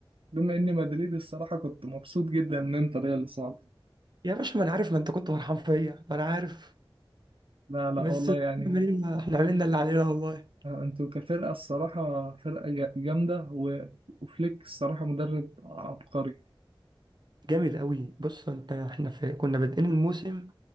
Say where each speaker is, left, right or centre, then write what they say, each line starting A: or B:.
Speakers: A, on the right; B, on the right.
A: بما إني مدريد الصراحة كنت مبسوط جدا إن أنت ريال صعب
B: يا باشا ما أنا عارف ما أنت كنت فرحان فيا ما أنا عارف
A: لا لا
B: بس
A: والله
B: إحنا
A: يعني
B: عملنا إحنا عملنا اللي علينا والله
A: آه، انتوا كفرقة الصراحة فرقة جا- جامدة و- وفليك الصراحة مدرب عبقري
B: جامد قوي بص أنت إحنا في... كنا بادئين الموسم